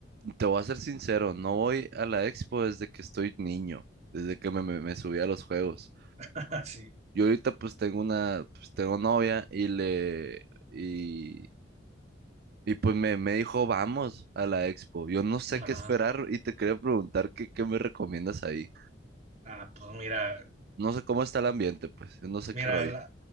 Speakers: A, on the right (about 55°); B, on the right (about 40°).
A: Te voy a ser sincero, no voy a la expo desde que estoy niño, desde que me, me- me subí a los juegos.
B: <laughs> sí
A: Yo ahorita pues tengo una, pues tengo novia y le, y, y pues me, me dijo, vamos a la expo. Yo no sé
B: Ajá.
A: qué esperar y te quería preguntar qué, qué me recomiendas ahí.
B: Ah, pues mira,
A: No sé cómo está el ambiente, pues, no sé
B: mira,
A: qué rollo.
B: la-